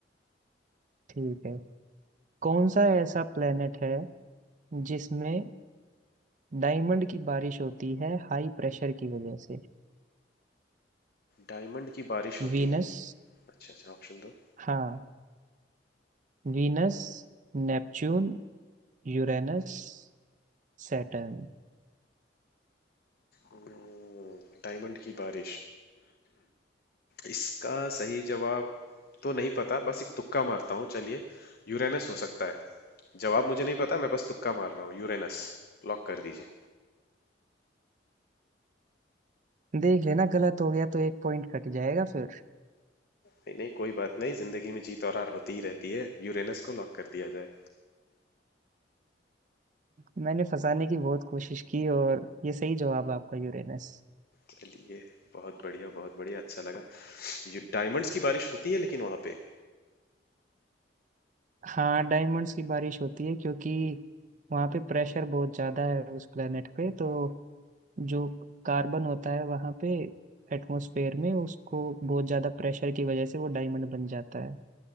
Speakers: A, on the right (about 45°); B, on the left (about 55°).
A: ठीक है कौन सा ऐसा प्लेनेट है जिसमें डायमंड की बारिश होती है हाई प्रेशर की वजह से
B: डायमंड की बारिश होती
A: वीनस
B: है अच्छा अच्छा ऑप्शन दो
A: हाँ Venus Neptune Uranus Saturn
B: हम्म, डायमंड की बारिश इसका सही जवाब तो नहीं पता बस एक तुक्का मारता हूँ चलिए यूरेनस हो सकता है जवाब मुझे नहीं पता मैं बस तुक्का मार रहा हूँ यूरेनस लॉक कर दीजिए
A: देख लेना गलत हो गया तो एक पॉइंट कट जाएगा फिर
B: नहीं नहीं कोई बात नहीं जिंदगी में जीत और हार होती ही रहती है यूरेनस को लॉक कर दिया जाए
A: मैंने फंसाने की बहुत कोशिश की और ये सही जवाब है आपका यूरेनस
B: चलिए बहुत बढ़िया बहुत बढ़िया अच्छा लगा ये डायमंड्स की बारिश होती है लेकिन वहाँ पे
A: हाँ डायमंड्स की बारिश होती है क्योंकि वहाँ पे प्रेशर बहुत ज़्यादा है उस प्लेनेट पे तो जो कार्बन होता है वहाँ पे एटमॉस्फेयर में उसको बहुत ज़्यादा प्रेशर की वजह से वो डायमंड बन जाता है